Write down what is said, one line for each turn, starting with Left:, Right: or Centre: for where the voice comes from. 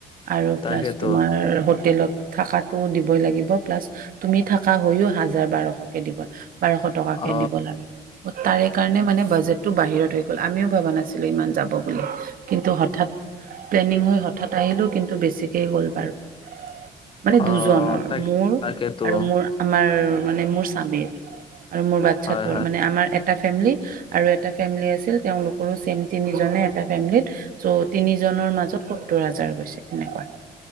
Right: আৰু
Left: তাকেতো
Right: প্লাছ তোমাৰ হোটেলত। থাকাতটো দিবই লাগিব, প্লাছ তুমি থাকা হৈও হাজাৰ বাৰশকে দিব বাৰশ টকাকে
Left: অ
Right: দিব লাগে। তাৰে সেইকাৰণে মানে, বাজেট তটো বাহিৰত হৈ গ'ল আমিও ভাবা নাছিলো ইমান যাব বুলি কিন্তু হঠাৎ প্লেনিং হৈ হঠাৎ আহিলো কিন্তু বেছিকে গ'ল বাৰু মানে
Left: অ
Right: দুজনৰ
Left: তাক
Right: মোৰ
Left: তাকেতো
Right: আৰু মোৰ আমাৰ মানে মোৰ স্বামীৰ আৰু মোৰ বাচ্ছাটোৰ
Left: হয় হয়
Right: মানে আমাৰ এটা ফেমিলি আৰু এ এটা ফেমিলি আছিল তেওঁলোকৰো ছেম তিনিজনে এটা ফেমিলীত চ' তিনিজনৰ মাজত সত্তৰ হাজাৰ গৈছে এনেকুৱা